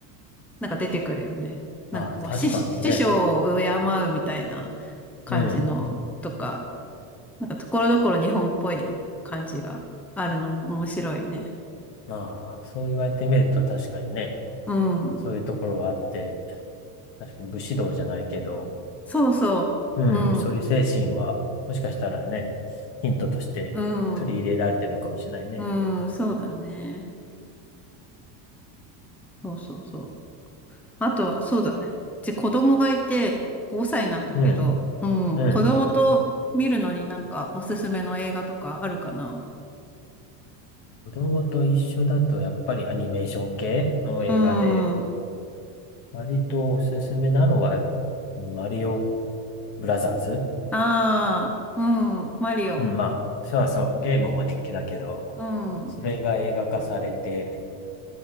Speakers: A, in the centre; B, on the left.
A: なんか出てくるよね。なんかこう師、
B: ああ、確かにね。
A: 師匠を敬うみたいな感じのとか、
B: うん。
A: なんかところどころ日本っぽい感じがあるのも面白いね。
B: ああ、そう言われてみると確かにね、
A: うん。
B: そういうところはあって、確かに武士道じゃないけど、
A: そうそう。
B: うん、
A: うん。
B: そういう精神は、もしかしたらね、ヒントとして取り入れられてるのかもしれないね。
A: うん。うん。そうだね。そうそうそう。あとは、そうだね。で、子供がいて5歳なんだけど、
B: うん、
A: うん、
B: うん。
A: 子供と見るのになんかおすすめの映画とかあるかな
B: 子供と一緒だと、やっぱりアニメーション系の映画で、
A: うん。あ
B: 割とおすすめなのは、マリオブラザーズ。
A: あ、うん、マリオ。
B: うん、まあ、そうそう、ゲームも人気だけど、
A: うん、うん、
B: それが映画化されて、